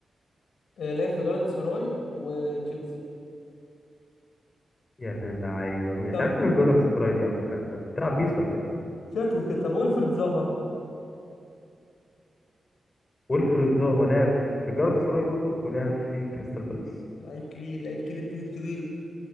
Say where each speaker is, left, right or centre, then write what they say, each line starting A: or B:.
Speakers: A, on the left; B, on the left.
A: آه لعب في جالاتا سراي وتشيلسي
B: يا ابن اللعيبه م- انت
A: طب
B: عارف ان الجدر السراي دي على فكره انت بتلعب بيس ولا ايه
A: شكل كده طب ويلفرد زها
B: ويلفريد زاها لعب في الجدر السراي برضو ولعب في كريستال بالاس
A: لعيب كبير لعيب كبير كبير كبير